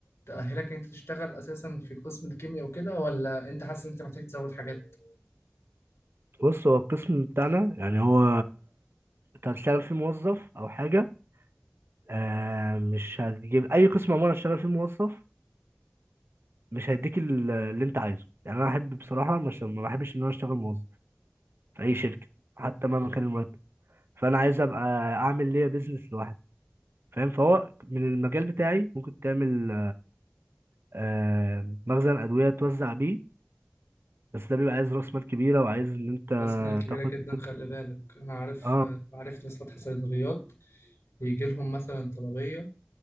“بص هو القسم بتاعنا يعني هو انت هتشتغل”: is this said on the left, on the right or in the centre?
Right